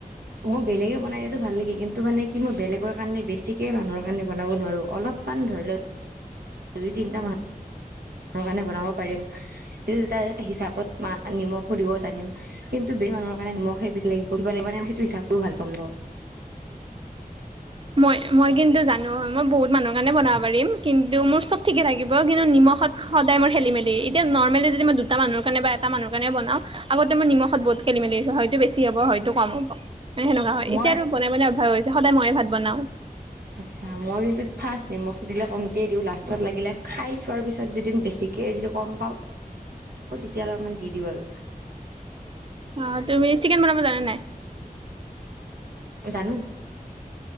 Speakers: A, on the right (about 85°); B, on the right (about 35°).
A: মই বেলেগে বনাই দিয়াতো ভাল লাগে কিন্তু মানে কি মই বেলেগৰ কাৰণে বেছিকে মানুহৰ ণে বনাব নোৱাৰো অলপমান ধৰি লও দুই তিনটা মান ম কাৰণে বনাব পাৰিম সেইটা হিচাপত ম নিমখ সুধিব জানিম কিন্তু ব মানুহৰ মানে নিমখে বেছি লাগিব পঢ়িব লাগিব মানে সেইটো হিচাপটোও ভাল পাম বাৰ
B: মই মই কিন্তু জানো মই বহুত মানুহৰ কাৰণে বনাব পাৰিম কিন্তু মোৰ চব ঠিকে থাকিব কিন্তু মখত সদায় মই খেলি মেলি এতিয়া নৰ্মেলি যদি মই দুটা মানুৰ কাৰণে বা এটা মা কাৰণে বনাও আগতে মোৰ নিমখত বহুত খেলি মেলি আছে হয়ত বেছি হ'ব হয়তো কম হ'ব মানে সেনেকুৱা হয়
A: মই
B: এতিযাটো বনাই মন অভ্যাস হৈছে সদায় ময়ে ভাত বনাও।
A: আচ্ছা মই কিন্তু ফাৰ্ষ্ট নিমখটো দিলে কমকে দিওঁ লাষ্টত লাগিলে খাই চোৱাৰ পিছত যদি বেছি ঠিকে যদি কম পাওঁ তেতিয়া অলপমান দি দিওঁ আৰু
B: অ তুমি চিকেন বনাব জানা নাই?
A: জানো।